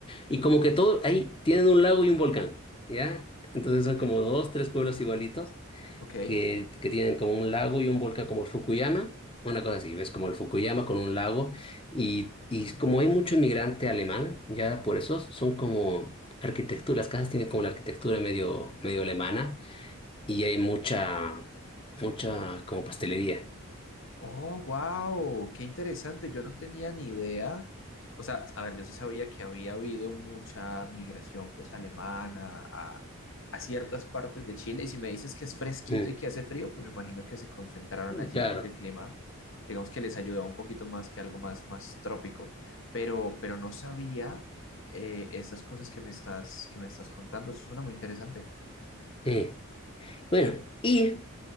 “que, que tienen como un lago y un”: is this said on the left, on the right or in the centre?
Left